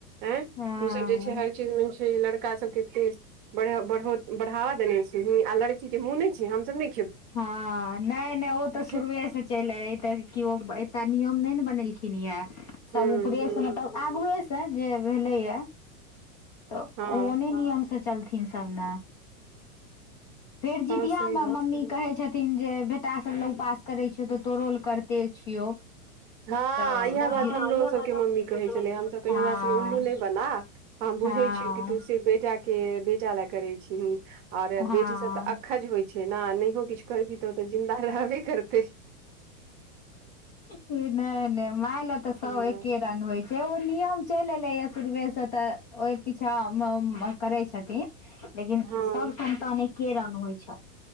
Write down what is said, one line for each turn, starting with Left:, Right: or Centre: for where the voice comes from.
Right: एँ
Left: हँ
Right: तू सब जे छै हर चीज छै लड़का सब के <unintelligible> बढ़ा-बड़ो-बढावा देने छीही आ लड़की के मुँह नै छै हमसब नेै
Left: हँ नैय -नैय ओतऽ सुरुए
Right: ह
Left: सँ। चैल एलै तऽ केओ एकटा नियम नै ने बनेलखिन ये सब
Right: ह
Left: ऊपरे से मतलब आगुए से जे भेलेै या तऽ
Right: हँ
Left: ओने नियम सँ। चलथिन सब न फेर जितिया
Right: हँ सही
Left: में
Right: बात
Left: मम्मी
Right: छै
Left: कहै छथिन जे बेटा सब लऽ उपास करै छियौ तऽ तोड़ो लऽ करते छियौ।
Right: हँ
Left: तऽ
Right: इएहे
Left: जे
Right: बात हमरो सबके मम्मी कहै छेलै हम सब कहै
Left: हँ
Right: हमरा सबके उल्लू नै बना। हम बुझैछियौ
Left: हँ
Right: की तू सिर्फ बेटा के बेटा ले करे छीही और
Left: हँ
Right: बेटी सब तऽ अकखज होय छैय न नहियो किछ। करबीही तऽ ओतऽ जिन्दा रहबे करतेै।
Left: नैय- नैय माय लए तऽ सब
Right: हँ
Left: एके रंग होय जे ओ नियम चैल एलेै शुरुवे से तऽ ओहि पीछा करेै छथिन। लेकिन
Right: हँ
Left: सब संन्तान एके रंग होय छऽ।